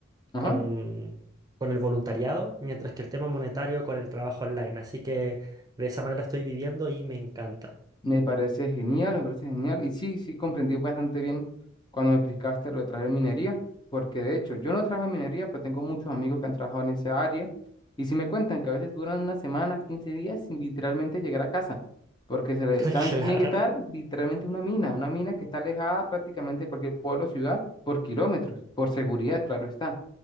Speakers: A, on the left (about 20°); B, on the right (about 20°).
A: ajá.
B: con, con el voluntariado, mientras que el tema monetario con el trabajo online. Así que de esa manera estoy viviendo y me encanta.
A: Me parece genial, me parece genial. Y sí, sí, comprendí bastante bien cuando me explicaste lo de trabajar en minería, porque de hecho yo no trabajo en minería, pero tengo muchos amigos que han trabajado en esa área. Y sí me cuentan que a veces duran una semana, 15 días sin literalmente llegar a casa, porque se le
B: <laughs>
A: tan,
B: Claro.
A: tiene que estar literalmente una mina, una mina que está alejada prácticamente de cualquier pueblo o ciudad por kilómetros, por seguridad, claro está.